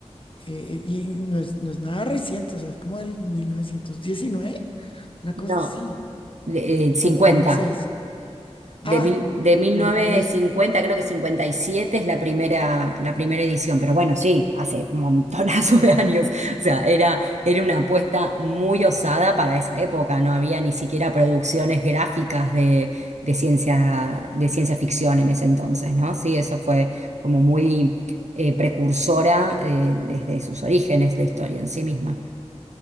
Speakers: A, on the left (about 45°); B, on the right (about 75°).
A: eh, eh, y no es, no es nada reciente, o sea, es como del 1919, una cosa
B: No,
A: así,
B: de- eh, 50.
A: o cómo es eso.
B: De,
A: Ah,
B: mil, de mil
A: ok,
B: novecientos cincuenta creo que 57 es la primera, la primera edición, pero bueno, sí, hace un montonazo de años. O sea, era, era una apuesta muy osada para esa época. No había ni siquiera producciones gráficas de, de ciencia, de ciencia ficción en ese entonces, ¿no? Sí, eso fue como muy eh, precursora eh, desde sus orígenes, la historia en sí misma.